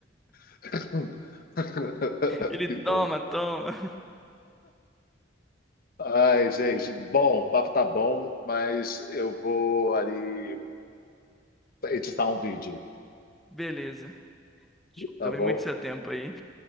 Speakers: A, on the left; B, in the centre.
A: <laughs>
B: Ele
A: Que
B: toma,
A: bom.
B: toma.
A: Ai, gente, bom, o papo tá bom, mas eu vou ali editar um vídeo,
B: Beleza.
A: tá
B: também
A: bom?
B: muito seu tempo aí.